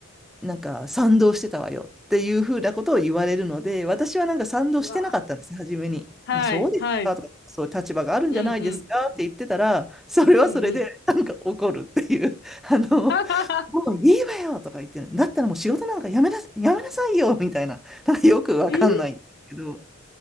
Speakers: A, in the centre; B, on the left.
A: なんか、賛同してたわよっていうふうなことを言われるので、私はなんか賛同してなかったんです初めに。
B: うわー。はい、
A: あそうですかとか、
B: はい。
A: そう立場があるんじゃないですかって言ってたら、
B: うん、うん。
A: それはそれで、
B: うん、うん。
A: なんか怒るっていう、あの、
B: ははは。
A: もういいわよとか言ってる。だったらもう仕事なんかやめな、やめなさいよみたいな。なんかよくわかんないんですけど、
B: えー、